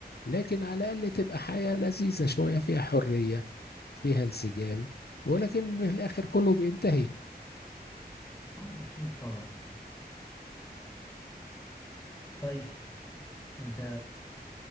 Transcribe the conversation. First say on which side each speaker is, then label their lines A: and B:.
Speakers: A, on the left; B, on the left.
A: لكن على الاقل تبقى حياة لذيذة شوية فيها حرية فيها انسجام ولكن في الاخر كله بينتهي
B: اه اكيد طبعا يعني طيب انت